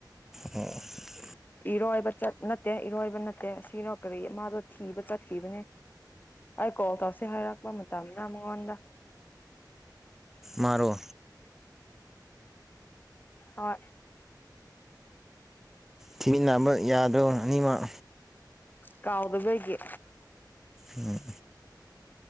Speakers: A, in the centre; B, on the left.
A: ꯑꯣ
B: ꯏꯔꯣꯏꯕ ꯆꯠ ꯅꯠꯇꯦ ꯏꯔꯣꯏꯕ ꯅꯠꯇꯦ ꯑꯁꯤꯅꯣ ꯀꯔꯤ ꯃꯥꯗꯣ ꯊꯤꯕ ꯆꯠꯈꯤꯕꯅꯦ ꯑꯩ ꯀꯣ ꯇꯧꯁꯦ ꯍꯥꯏꯔꯛꯄ ꯃꯇꯝꯅ ꯃꯉꯣꯟꯗ
A: ꯃꯥꯔꯣ
B: ꯍꯣꯏ
A: ꯊꯤꯃꯤꯟꯅꯕ ꯌꯥꯗ꯭ꯔꯣ ꯑꯅꯤꯃꯛ
B: ꯀꯥꯎꯗꯕꯒ
A: ꯎꯝ